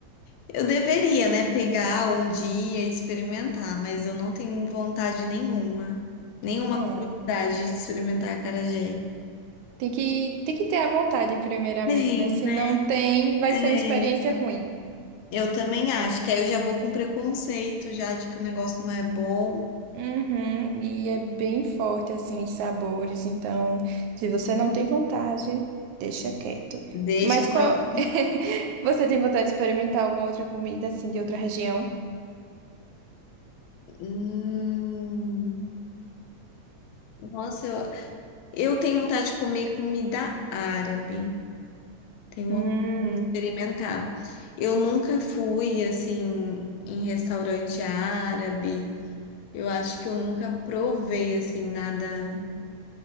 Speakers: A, on the left; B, on the right.
A: Eu deveria, né, pegar um dia e experimentar, mas eu não tenho vontade nenhuma, nenhuma
B: Ah.
A: curiosidade de experimentar acarajé.
B: Tem que, tem que ter a vontade, primeiramente,
A: Tem,
B: né? Se
A: né?
B: não tem, vai
A: É,
B: ser uma experiência ruim.
A: Eu também acho que aí eu já vou com preconceito já de que o negócio não é bom.
B: Uhum, e é bem forte, assim, os sabores. Então, se você não tem vontade, deixa quieto.
A: Deixa
B: Mas qual...
A: pra lá.
B: <laughs> Você tem vontade de experimentar alguma outra comida, assim, de outra região?
A: Hum, nossa, eu, eu tenho vontade de comer comida árabe. Tenho
B: Hum,
A: vontade de experimentar. Eu nunca fui assim em restaurante árabe. Eu acho que eu nunca provei assim nada